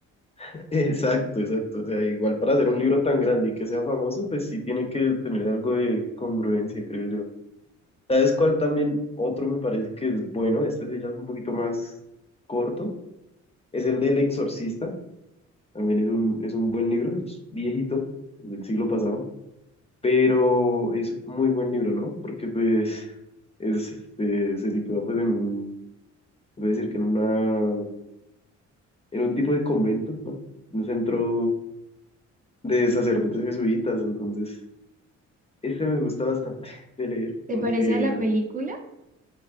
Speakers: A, on the left (about 20°); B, on the right (about 25°).
A: <laughs> Exacto, exacto. O sea, igual para hacer un libro tan grande y que sea famoso, pues sí tiene que tener algo de congruencia, creo yo. ¿Sabes cuál también otro me parece que es bueno? Este sí ya es un poquito más corto. Es el del Exorcista. También es un, es un buen libro, es viejito, es del siglo pasado. Pero es muy buen libro, ¿no? Porque pues es, este, se sitúa pues en un, voy a decir que en una, en un tipo de convento, ¿no? Un centro de sacerdotes jesuitas. Entonces, este me gusta bastante <laughs> de leer
B: ¿Te
A: porque
B: parece a la película?